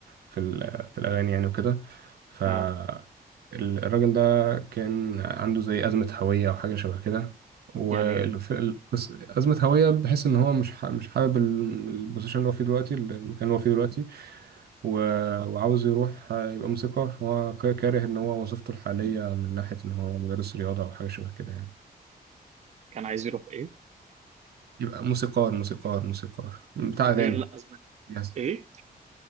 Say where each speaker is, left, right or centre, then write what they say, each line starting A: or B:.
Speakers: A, on the right; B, on the right.
A: في ال في الأغاني يعني وكده فالراجل
B: آه
A: ده كان عنده زي أزمة هوية أو حاجة شبه كده والقصة
B: يعني
A: أزمة هوية بحيث إن هو مش ح- مش حابب ال- البوزيشن اللي هو فيه دلوقتي المكان اللي هو فيه دلوقتي و- وعاوز يروح يبقى موسيقار هو كاره إن هو وظيفته الحالية من ناحية إن هو مدرس رياضة أو حاجة شبه كده يعني
B: كان عايز يروح إيه؟
A: يبقى موسيقار موسيقار موسيقار بتاع أغاني
B: غير لا أزمة
A: يس
B: إيه؟